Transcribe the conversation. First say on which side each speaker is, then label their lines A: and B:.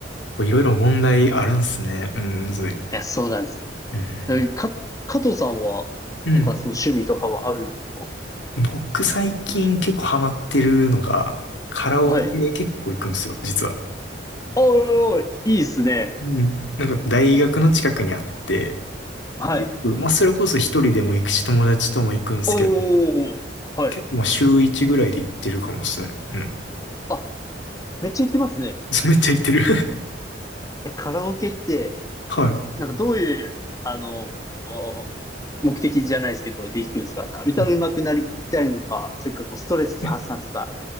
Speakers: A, on the left; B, on the left.
A: こういろいろ問題あるんすね。うん、むずい。
B: いや、そうなんですよ。
A: うん。
B: え、か、加藤さんは、
A: うん。
B: なんかその趣味とかはあるんですか
A: 僕最近結構ハマってるのが、カラオケ結構行くんですよ、
B: はい。
A: 実は。
B: おー、いいっすね。
A: うん。なんか大学の近くにあって、
B: はい。
A: よく、まあそれこそ一人でも行くし、友達とも行くんですけど、
B: おー、はい。
A: 結構まあ週一ぐらいで行ってるかもですね。うん。
B: あ、めっちゃ行ってますね。
A: <laughs> そうめっちゃ行ってる
B: え、カラオケって、
A: <laughs> はい。
B: なんかどういう、あの、お目的じゃないですけど、で行くんですかな歌うまくなりたいのか、
A: い
B: それかこうストレス発散とか、
A: や